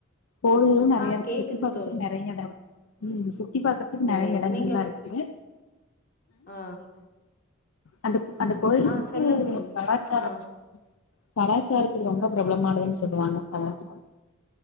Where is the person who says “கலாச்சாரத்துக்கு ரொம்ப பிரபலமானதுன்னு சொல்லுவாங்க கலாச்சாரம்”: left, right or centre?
Left